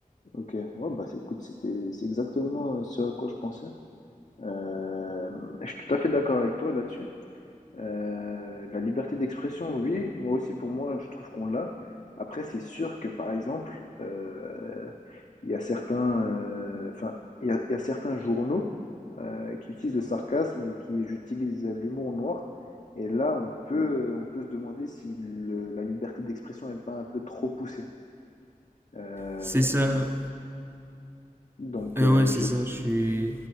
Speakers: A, on the left; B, on the right.
A: Ok, ouais, bah c'est- écoute, c'était, c'est exactement euh, ce à quoi je pensais. Euh, je suis tout à fait d'accord avec toi là-dessus. Euh, la liberté d'expression, oui, moi aussi, pour moi, je trouve qu'on l'a. Après, c'est sûr que, par exemple, euh, il y a certains, euh, enfin, il y a, il y a certains journaux euh, qui utilisent le sarcasme et qui utilisent l'humour noir. Et là, on peut, on peut se demander si le- la liberté d'expression n'est pas un peu trop poussée. Euh,
B: C'est ça.
A: donc,
B: Euh,
A: euh,
B: ouais, c'est
A: je,
B: ça. Je suis,